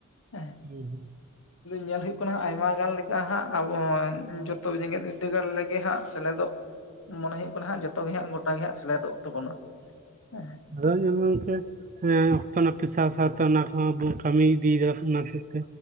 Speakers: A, on the left; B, on the right.
A: ᱮ
B: ᱦᱩᱸ ᱦᱩᱸ
A: ᱧᱮᱞ ᱦᱳᱭᱳᱜ ᱠᱟᱱᱟ ᱟᱭᱢᱟ ᱜᱟᱱ ᱦᱟᱸᱜ ᱟᱵᱚ ᱡᱚᱛᱚ ᱡᱮᱜᱮᱛ ᱵᱤᱨᱫᱟᱹᱜᱟᱲ ᱨᱮᱜᱮ ᱦᱟᱸᱜ ᱥᱮᱞᱮᱫᱚᱜ ᱢᱚᱱᱮ ᱦᱩᱭᱩᱜ ᱠᱟᱱᱟ ᱦᱟᱸᱜ ᱡᱚᱛᱚ ᱜᱮ ᱦᱟᱸᱜ ᱜᱚᱴᱟ ᱜᱮ ᱦᱟᱸᱜ ᱥᱮᱞᱮᱫᱚᱜ ᱛᱟᱵᱚᱱᱟ ᱮᱸ
B: ᱟᱫᱚ ᱧᱮᱞ <inaudible> ᱦᱮᱸ ᱚᱠᱛᱚ ᱱᱟᱯᱤᱛ ᱥᱟᱶ ᱥᱟᱶ ᱛᱮ ᱚᱱᱟ ᱠᱚᱦᱚ ᱵᱚ ᱠᱟᱹᱢᱤ ᱤᱫᱤ ᱫᱟ ᱚᱱᱟ ᱦᱚᱛᱮᱜ ᱛᱮ